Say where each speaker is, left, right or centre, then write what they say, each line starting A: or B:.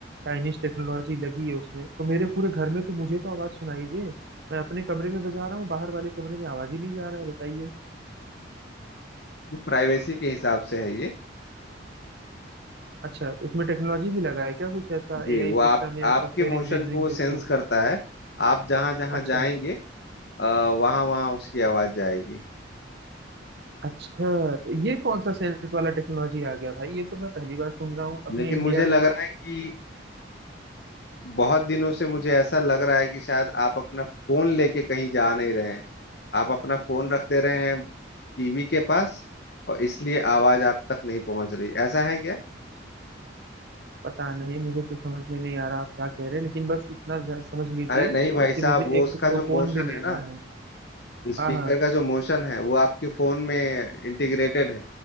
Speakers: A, on the right; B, on the left.
A: चाइनीज टेक्नोलॉजी लगी है उसमें तो मेरे पूरे घर में तो मुझे तो आवाज सुनाई दे मैं अपने कमरे में बजा रहा हूँ बाहर वाले कमरे में आवाज ही नहीं जा रहा है बताइए
B: वो प्राइवेसी के हिसाब से है ये
A: अच्छा तो उसमें टेक्नोलॉजी भी लगा है क्या कुछ ऐसा
B: जी
A: एआई
B: वो आप
A: सिस्टम है या
B: आपके
A: सॉफ्टवेयर
B: मोशन
A: इंजीनियरिंग
B: को वो
A: के
B: सेंस
A: थ्रू
B: करता है आप जहां जहां
A: अच्छा
B: जाएंगे वहां वहां उसकी आवाज जाएगी
A: अच्छा तो ये कौन सा सेंस वाला टेक्नोलॉजी आ गया भाई ये तो मैं पहली बार सुन रहा हूँ अपने
B: लेकिन
A: इंडिया
B: मुझे
A: में
B: लग रहा है कि बहुत दिनों से मुझे ऐसा लग रहा है कि शायद आप अपना फोन लेके कहीं जा नहीं रहे हैं आप अपना फोन रख दे रहे हैं टीवी के पास और इसलिए आवाज आप तक नहीं पहुंच रही ऐसा है क्या
A: पता नहीं मुझे तो समझ में नहीं आ रहा आप क्या कह रहे हैं लेकिन बस इतना ज- समझ लीजिए
B: अरे नहीं
A: कि
B: भाई साहब
A: मुझे
B: वो
A: एक
B: उसका
A: टोकोन
B: जो मोशन
A: भी लेना
B: है ना
A: है
B: स्पीकर
A: हाँ हाँ
B: का जो मोशन है वो आपके फोन में इंटीग्रेटेड है